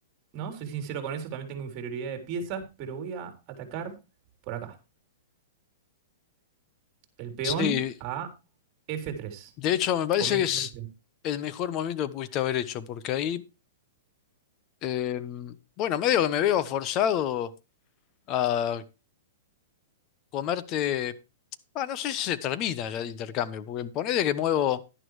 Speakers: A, on the right; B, on the left.
A: ¿no? Soy sincero con eso, también tengo inferioridad de piezas, pero voy a atacar por acá. El peón
B: Sí,
A: a f tres
B: de hecho me parece
A: comiendo
B: que es
A: un peón.
B: el mejor movimiento que pudiste haber hecho porque ahí, eh, bueno, medio que me veo forzado a comerte, ah, no sé si se termina ya el intercambio, porque ponele que muevo...